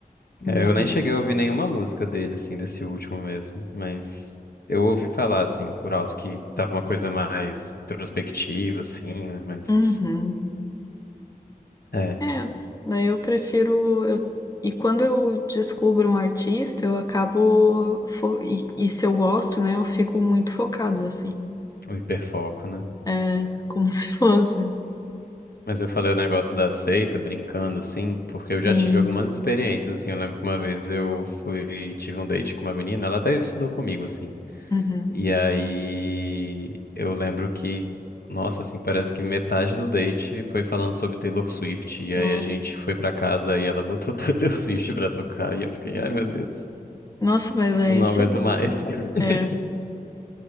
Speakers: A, on the left; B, on the left.
A: É,
B: É.
A: eu nem cheguei a ouvir nenhuma música dele, assim, desse último mesmo, mas eu ouvi falar, assim, por alto que tava uma coisa mais introspectiva, assim, né? Mas
B: Uhum.
A: é,
B: É, daí eu prefiro. Eu... E quando eu descubro um artista, eu acabo. fo- E, e se eu gosto, né, eu fico muito focada, assim.
A: um hiperfoco, né?
B: É, como <laughs> se fosse.
A: Mas eu falei o negócio da seita, brincando, assim, porque
B: Sim.
A: eu já tive algumas experiências, assim. Eu lembro que uma vez eu fui, tive um date com uma menina, ela até estudou comigo, assim.
B: Uhum.
A: E aí eu lembro que, nossa, assim, parece que metade do date foi falando sobre Taylor Swift. E
B: Nossa.
A: aí a gente foi pra casa e ela botou <laughs> Taylor Swift pra tocar. E eu fiquei, ai meu Deus,
B: Nossa, mas é
A: eu não
B: esse.
A: aguento mais. <laughs>
B: É,